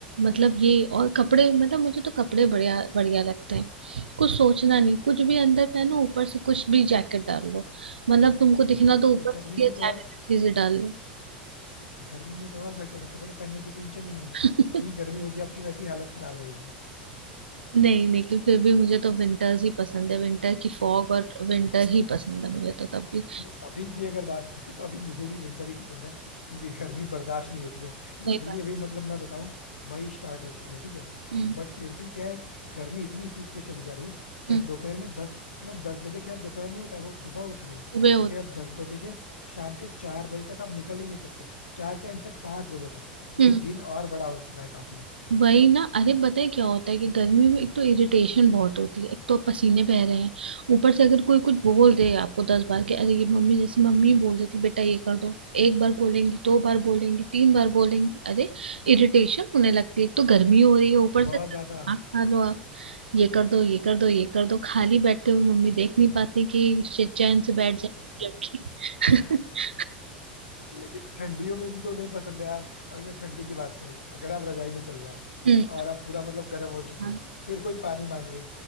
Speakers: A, on the right; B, on the left.
A: मतलब ये और कपड़े मतलब मुझे तो कपड़े बढ़िया बढ़िया लगते हैं कुछ सोचना नहीं कुछ भी अंदर पहनो ऊपर से कुछ भी जैकेट डाल लो मतलब तुमको दिखना तो
B: ये
A: ऊपर
B: तो गर्मी
A: से ये
B: में तो
A: जैकेट
B: और
A: अच्छी से डाल
B: गर्मी में तो और बेटर है कपड़े पहनने की टेंशन ही नहीं है
A: लो
B: इतनी
A: <laughs>
B: गर्मी होगी आपकी वैसी हालत खराब रहेगी
A: नहीं लेकिन फिर भी मुझे तो विंटर्स ही पसंद है विंटर की फॉग और विंटर ही पसंद है मुझे तो तब भी
B: नहीं, अभी की अगर बात करें तो अभी मुझे भी विंटर ही पसंद है क्योंकि गर्मी बर्दाश्त नहीं होती है लिटरली
A: सही बात
B: अभी मतलब मैं बताऊं मई स्टार्ट हो चुकी है ठीक है
A: हम्म
B: बट फिर भी क्या है गर्मी इतनी पीक पे चली जा रही है कि
A: हम्म
B: आप दोपहर में दस मतलब दस बजे खैर दोपहर नहीं होता है वो सुबह होती है
A: सुबह
B: लेकिन अब दस बजे से शाम के चार बजे तक आप निकल ही नहीं सकते चार क्या इनफेक्ट पांच बजे तक क्योंकि
A: होती
B: दिन और बड़ा हो चुका है काफी
A: वही ना अरे पता है क्या होता है कि गर्मियों में एक तो इरिटेशन बहुत होती है एक तो आप पसीने बह रहे हैं ऊपर से अगर कोई कुछ बोल दे आपको दस बार कि अरे ये मम्मी जैसे मम्मी बोल देती बेटा ये कर दो एक बार बोलेंगी दो बार बोलेंगी तीन बार बोलेंगी अरे इरिटेशन होने लगती है एक तो गर्मी हो रही है ऊपर
B: बहुत
A: से खाना
B: ज्यादा
A: खा लो आप ये कर दो ये कर दो ये कर दो खाली बैठते हुए मम्मी देख नहीं पाती कि श- चैन से बैठ जाए लड़की
B: <laughs>
A: <laughs>
B: लेकिन ठंडियों में भी तो नहीं पसंद है यार अभी मैं ठंडी की बात करूं अगर आप रजाई में चले जाओ
A: हम्म
B: और आप पूरा मतलब गर्म हो चुके
A: हाँ,
B: हो फिर कोई पानी मांग ले